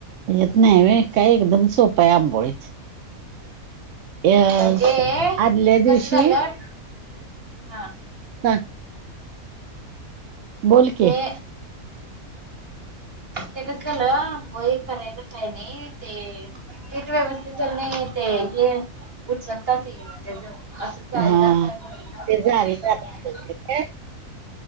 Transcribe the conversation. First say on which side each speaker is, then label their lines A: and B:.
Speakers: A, on the right; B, on the right.
A: येत नाही काय एकदम सोपा आहे आंबोळीच. ह्
B: म्हणजे
A: अदिल्या
B: कसं
A: दिवशी.
B: झालं हा.
A: सांग. बोल की
B: ते ते कसं झालं व हे करायला नाही ते नीट व्यवस्थित नाही ते हे उचलताच येइना त्याच असं लत
A: हा
B: का
A: ते जाळी
B: म्ह
A: काय